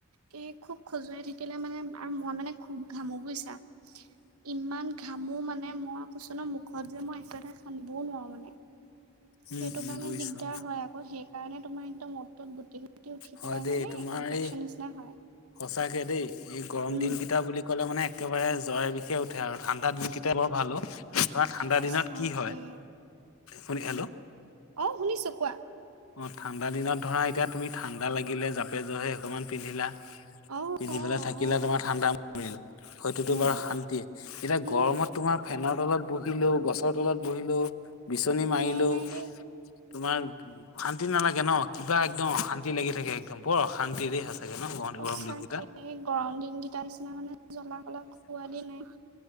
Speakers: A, on the right (about 85°); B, on the left (about 70°).
A: কি খুব খজুৱাই থাকিলে মানে আৰু মই মানে খুব ঘামো বুইছা। ইমান ঘামো মানে মই কৈছো ন মুখত যে মই একো এটা হনিবও নোৱাৰো মানে।
B: উম
A: সেইটো
B: উম
A: কাৰণে
B: বুজিছো
A: দিগদাৰ
B: অ
A: হয় আকৌ সেই কাৰণে তোমাৰ একদম অত তত গুতি- ফুটি উঠি
B: হয়
A: পেলাই
B: দেই
A: মানে
B: তোমাৰ
A: ইনফেকশচন
B: এই
A: নিচিনা হয়।
B: সঁচাকে দেই এই গৰম
A: উম
B: দিন কেইটা বুলি ক'লে মানে। একেবাৰে জয়ৰে বিষে উঠে আৰু ঠাণ্ডা দিনকেইটা বৰ ভালো। তমাৰ ঠাণ্ডা
A: সঁচাকে
B: দিনত কি হয় শুনি হেল্ল
A: অ শুনিছো কোৱা?
B: অ ঠাণ্ডা দিনত ধৰা এতিয়া তুমি ঠাণ্ডা লাগিলে জাপে জহে অকণমান পিন্ধিলা।
A: অ
B: পিন্ধি
A: অ
B: পেলাই থাকিলে
A: অ
B: তোমাৰ ঠাণ্ডা পৰিল। হয়ততো
A: মৰিলে
B: বাৰু শান্তিয়ে এতিয়া
A: উম
B: গৰমত তোমাৰ ফেনৰ তলত বহুত- বহিলোঁ গছৰ তলত বহিলো বিচনী মাৰিলো
A: নাই নাই দেই
B: তোমাৰ শান্তি নালাগে ন কিবা একদম শান্তি লাগি থাকে একদম বৰ শান্তি দ স আ চাগে ন
A: সঁচাকে
B: বৰম দিন কেইটা।
A: গৰম দিন কেইটা নিচিনা মানে জ্বলা অলা খোৱ দ নাই।